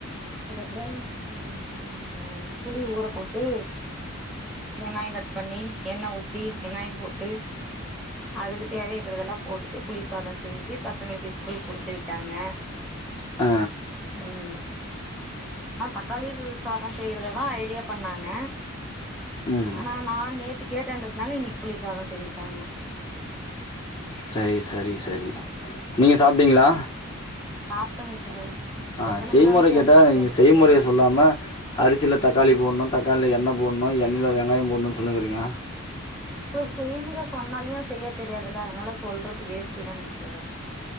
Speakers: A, in the centre; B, on the left (about 25°).
A: அதுக்கப்புறம் <unintelligible> புளி ஊற போட்டு வெங்காயோ கட் பண்ணி எண்ண ஊத்தி வெங்காயோ போட்டு அதுக்கு தேவைக்கறதெல்லா போட்டுட்டு புளி சாதோ செஞ்சி பசங்களுக்கு ஸ்கூல்க்கு குடுத்து விட்டாங்க
B: ஆ
A: ம் நா தக்காளி சாதோ செய்றதா தா ஐடியா பண்ணாங்க
B: ம்
A: ஆனா நா நேத்து கேட்டன்றதுனால இன்னிக்கி புளிசாதோ செஞ்சிட்டாங்க
B: சரி சரி சரி நீங்க
A: ம்
B: சாப்ட்டீங்களா
A: சாப்டங் சார்
B: ஆ
A: எத்தன
B: செய்முறை
A: முறங்க சார்
B: கேட்டா
A: சாப்ட்டேன்னு
B: நீங்க செய்முறைய
A: சொல்றது
B: சொல்லாம அரிசில தக்காளி போணு தக்கால்ல எண்ணெ போணு எண்ணெயில வெங்காயோ போணு சொல்லினுக்கிறீங்க
A: இப்ப பெய்முற சொன்னாலியு செய்ய தெரியாதில்ல அதனால சொல்றது வேஸ்ட்டுதானங் சார்